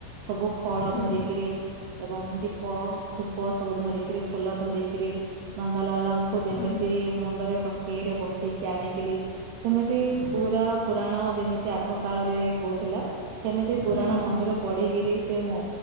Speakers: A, on the right; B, on the left.
A: ସବୁ ଫଳ
B: ହୁଁ,
A: ଧରିକିରି ଏବଂ ଦୀପ ଧୂପ ସବୁ ଧରିକିରି ଫୁଲ ଧରିକିରି ନନ୍ଦଲାଲଙ୍କୁ ଯେମିତି
B: ହୁଁ,
A: ମୁଣ୍ଡରେ ଟକେଇରେ ବସେଇକି ଆଣିକିରି ସେମିତି
B: ହୁଁ, ହୁଁ,
A: ପୁରା ପୁରାଣ ଯେମିତି ଆଗ କାଳରେ ହଉଥିଲା ସେମିତି ପୁରାଣ
B: ହୁଁ,
A: ମନ୍ଦିର ପଢିକି ସେ ମୋ